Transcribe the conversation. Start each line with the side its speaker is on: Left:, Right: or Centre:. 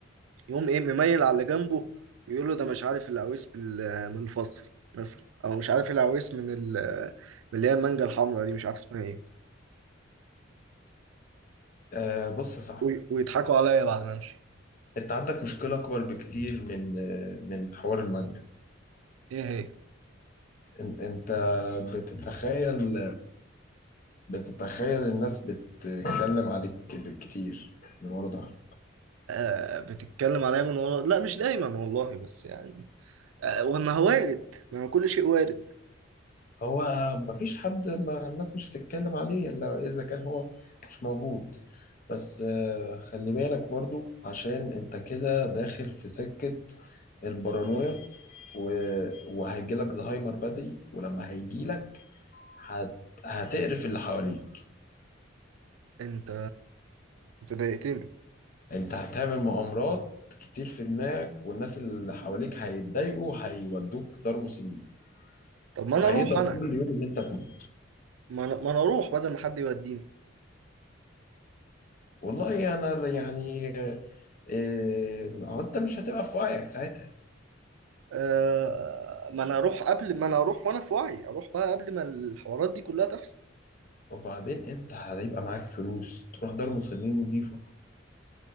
Right: يقوم ايه مميل على اللي جنبه ويقول له ده مش عارف العويس بال- من الفص مثلا او مش عارف العويس من ال- من اللي هي المانجا الحمراء دي مش عارف اسمها ايه
Left: آه، بص يا صاحبي
Right: وي- ويضحكوا عليا بعد ما امشي
Left: انت عندك مشكلة اكبر بكتير من من حوار المانجا
Right: ايه هي
Left: ان- انت بتتخيل بتتخيل الناس بتتكلم عليك كتير من ورا ظهرك
Right: آه بتتكلم عليا من ورا لا مش دايما والله بس يعني آه وما هو وارد ما هو كل شيء وارد
Left: هو مفيش حد ما الناس مش هتتكلم عليه الا اذا كان هو مش موجود بس آه، خلي بالك برضو عشان انت كده داخل في سكة البارانويا و- وهيجيلك زهايمر بدري ولما هيجيلك هت... هتقرف اللي حواليك
Right: انت انت ضايقتني
Left: انت هتعمل مغامرات كتير في دماغك والناس اللي حواليك هيتضايقوا هيودوك دار مسنين
Right: طب ما
Left: وهيدعوا
Right: انا اروح والله انا
Left: كل يوم ان انت تموت
Right: ما انا ما أنا اروح بدل ما حد يوديني
Left: والله انا يعني إيه ما هو انت مش هتبقى في وعيك ساعتها
Right: آه ما انا اروح قبل ما انا اروح وانا في وعي اروح بقى قبل ما الحوارات دي كلها تحصل
Left: وبعدين انت هيبقى معاك فلوس تروح دار مسنين نضيفه